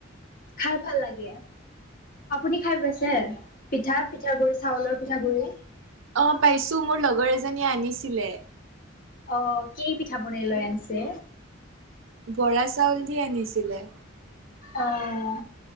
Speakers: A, on the left (about 45°); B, on the right (about 80°).
A: খাই ভাল লাগে। আপুনি খাই পাইছে পিঠা পিঠাগুডৰি চাউলৰ পিঠাগুৰি?
B: অ', পাইছোঁ, মোৰ লগৰ এজনীয়ে আনিছিলে।
A: অ', কেই পিঠা বনাই লৈ আনছে?
B: বৰা চাউল দি আনিছিলে।
A: অহ।